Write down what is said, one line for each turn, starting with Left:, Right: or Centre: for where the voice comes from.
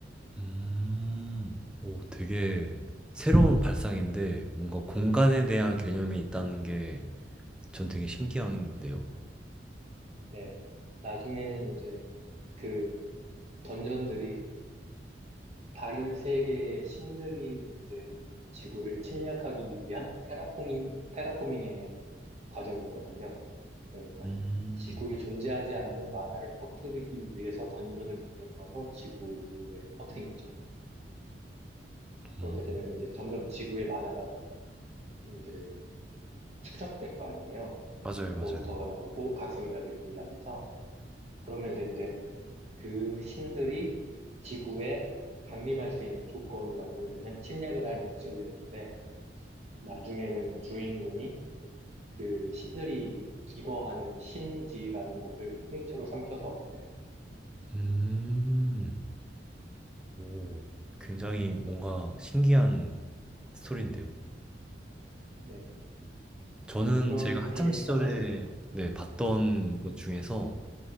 Centre: 음, 오, 되게 새로운 발상인데 뭔가 공간에 대한 개념이 있다는 게 전 되게 신기한데요.
Right: 네. 나중에는 이제 그 던전들이 다른 세계의 신들이 이제 지구를 침략하기 위한 테라포밍, 테라포밍의 과정이었거든요. 그러니까
Centre: 음,
Right: 지구에 존재하지 않는 만화를 퍼뜨리기 위해서 던전을 만들어서 지구에 퍼뜨린 거죠.
Centre: 음,
Right: 그렇게 되면서 이제 점점 지구의 만화가 이제 축적될 거 아니에요.
Centre: 맞아요, 맞아요.
Right: 몬스터가 나오고 각성자들이 존재하면서 그러면서 이제 그 신들이 지구에 강림할 수 있는 조건이 완성되면 침략을 할 목적이었는데 나중에는 주인공이 그 신들이 기거하는 신지라는 곳을 통째로 삼켜서 없애요.
Centre: 음, 오, 굉장히 뭔가 신기한 스토리인데요.
Right: 네,
Centre: 저는
Right: 뭐 그런
Centre: 제가 학창
Right: 글을
Centre: 시절에
Right: 썼었습니다.
Centre: 네, 봤던 것 중에서